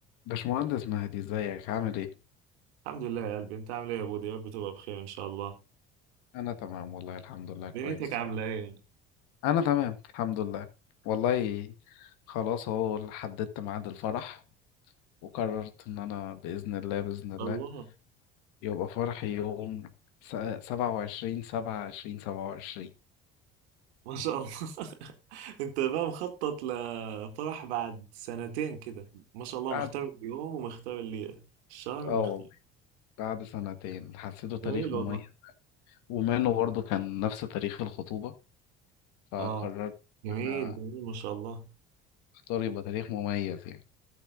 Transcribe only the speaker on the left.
باشمهندس مهدي ازيك عامل ايه؟
انا تمام والله الحمد لله كويس
انا تمام الحمد لله والله خلاص اهو حددت ميعاد الفرح وقررت ان انا باذن الله باذن الله
يبقى فرحي يوم سبعة وعشرين سبعة عشرين سبعة وعشرين
بعد
اه والله بعد سنتين حسيته تاريخ
مميز وما انه برضه كان نفس تاريخ الخطوبة فقررت
ان انا
اختار يبقى تاريخ مميز يعني